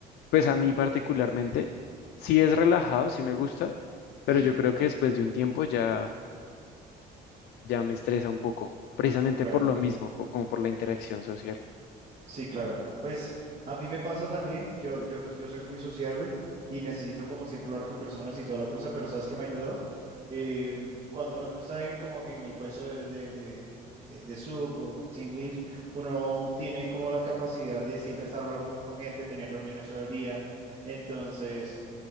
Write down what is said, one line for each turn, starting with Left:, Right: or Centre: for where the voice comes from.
Left: pues a mí particularmente, sí es relajado, sí me gusta, pero
Right: sí,
Left: yo creo que después de un tiempo ya ya me estresa un poco, precisamente
Right: claro.
Left: por lo mismo, po- como por la interacción social.
Right: Sí, claro. Pues a mí me pasa también. Yo, yo, yo soy muy sociable y necesito, como siempre, hablar con personas y toda la cosa, pero ¿sabes qué me ha ayudado? Em, cuando uno está en, como en el puesto de, de, de, de, de sub o team lead, uno tiene como la capacidad de siempre estar hablando con gente, tener reuniones todo el día. Entonces.